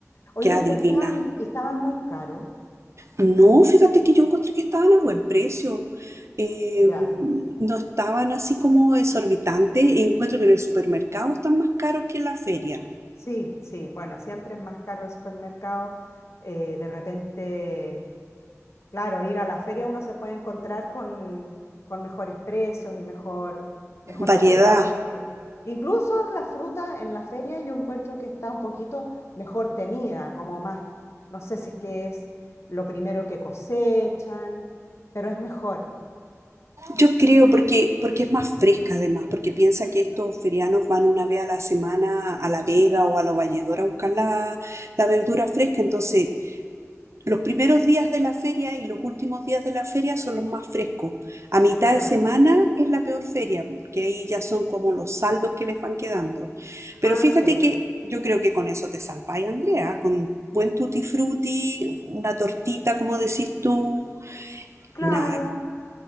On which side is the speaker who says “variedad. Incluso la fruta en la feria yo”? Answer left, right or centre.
Left